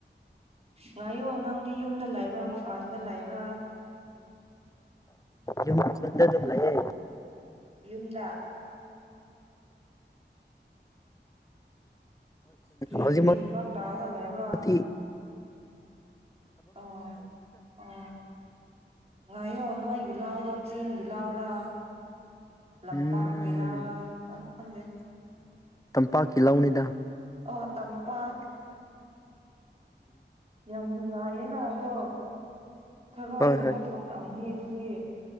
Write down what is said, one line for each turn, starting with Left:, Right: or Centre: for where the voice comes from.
Right: ꯉꯥꯏꯌꯣ ꯅꯪꯗꯤ ꯌꯨꯝꯗ ꯂꯩꯕ꯭ꯔꯥ ꯃꯄꯥꯟꯗ ꯂꯩꯕ꯭ꯔꯥ
Left: ꯌꯨꯝ ꯈꯨꯟꯗꯦ ꯑꯗꯨꯨꯝ ꯂꯩꯌꯦ
Right: ꯌꯨꯝꯗ ꯀꯔꯤ
Left: ꯍꯧꯖꯤꯛꯃꯛꯦ
Right: ꯀꯔꯤ ꯊꯕꯛ ꯇꯧꯔꯒ ꯂꯩꯕ꯭ꯔꯥ ꯑꯣ ꯑꯣ ꯉꯥꯏꯣ ꯅꯣꯏ ꯜ ꯂꯥꯎꯗꯣ ꯆꯤꯡꯒꯤ ꯂꯥꯎꯔ ꯂꯝꯄꯥꯛꯀꯤ
Left: ꯎꯝ
Right: ꯂꯥꯎꯔ ꯎꯦ
Left: ꯇꯝꯄꯥꯛꯀꯤ ꯂꯧꯅꯤꯗ
Right: ꯑꯣ ꯇꯝꯄꯥꯛ ꯌꯥꯝꯝꯒ ꯌꯦꯅꯥ ꯑꯗꯣ ꯊꯔꯣꯏꯒꯨꯝꯕ
Left: ꯍꯣꯏ ꯍꯣꯏ
Right: ꯊꯣꯛꯂꯑꯝꯅꯤ ꯑꯗꯨꯗꯤ